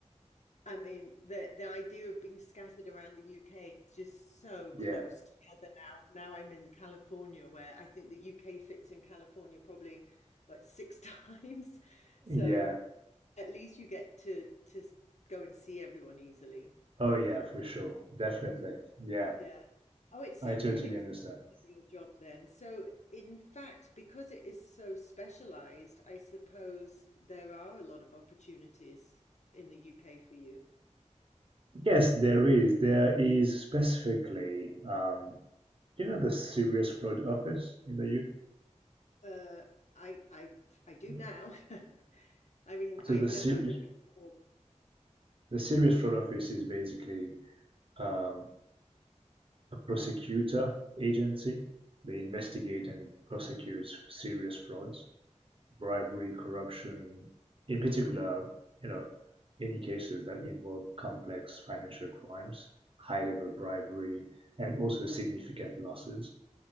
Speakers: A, on the left; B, on the right.
A: I mean, the the idea of being scattered around the UK is just so close
B: Yeah,
A: together now. Now I'm in California, where I think the UK fits in California probably what six <laughs> times. So
B: yeah.
A: at least you get to to go and see everyone easily.
B: Oh, yeah,
A: But
B: for sure. Definitely. Yeah,
A: yeah. Oh, it sounds
B: I totally
A: really exciting,
B: understand.
A: your job then. So in fact, because it is so specialized, I suppose there are a lot of opportunities in the UK for you.
B: Yes, there is. There is specifically, um, you know, the Serious Fraud Office in the
A: Uh, I I I do
B: UK?
A: now. <laughs> I mean,
B: So
A: I
B: the
A: know
B: ser-
A: that i
B: the Serious Fraud Office is basically um, a prosecutor agency. They investigate and prosecute serious frauds. bribery, corruption, in particular, you know, any cases that involve complex financial crimes, high level
A: Mhm,
B: bribery, and also significant losses.